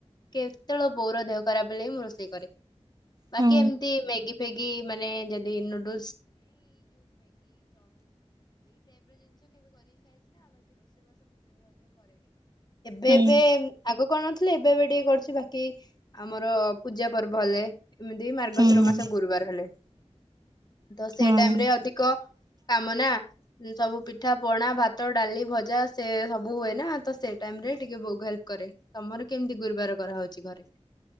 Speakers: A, on the left; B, on the right.
A: କେତେବେଳେ ବୋର ଦେହ କରା ବଳେ ହିଁ ମୁଁ ରୋଷେଇ କରେ। ବାକି
B: ହୁଁ
A: ଏମତି ମେଗି ଗି ମାନେ ଯଦି ନୁଡୁ ଏବେ
B: ହୁଁ
A: ଆଗ କଣ ନଥିଲେ ଏବେ ଏବେ ଟିକେ କରୁଛୁ ବାକି ଆମର ପୂଜା ପର୍ବ ହେଲେ। ଏମିତି ମାର୍ଗଶର
B: ହୁଁ।
A: ମାସ ଗୁରୁବାର ହେଲେ। ତ ସେଇ
B: ହୁଁ
A: ଟାଇମ ରେ ଅଧିକ କାମ ନା ସବୁ ପିଠା, ପଣା ଭାତ, ଡାଲି ଭଜା ସେ ସବୁ ହୁଏ ନା ତ ସେ ଟାଇମ ରେ ଟିକେ ବହୁତ ହେଲ୍ପ କରେ। ତମର କେମିତି ଗୁରୁବାର କରା ହଉଛି? ଘରେ